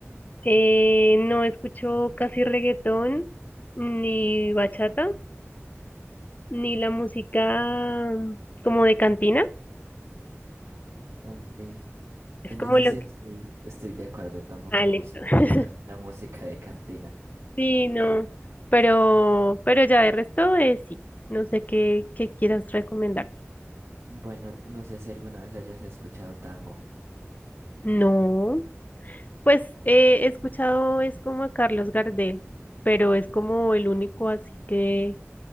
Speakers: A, on the left (about 35°); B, on the right (about 80°).
A: Eh, no escucho casi reggaetón, ni bachata, ni la música mm, como de cantina.
B: Ok.
A: Es
B: En
A: como
B: eso
A: lo
B: sí
A: que...
B: estoy, estoy de acuerdo, tampoco
A: Ah,
B: me
A: listo.
B: gusta mucho
A: <laughs>
B: la, la música de cantina.
A: Sí, no. Pero, pero ya de resto, eh, sí. No sé qué, qué quieras recomendar.
B: Bueno, no sé si alguna vez hayas escuchado tango.
A: No. Pues eh, he escuchado, es como a Carlos Gardel, pero es como el único así que,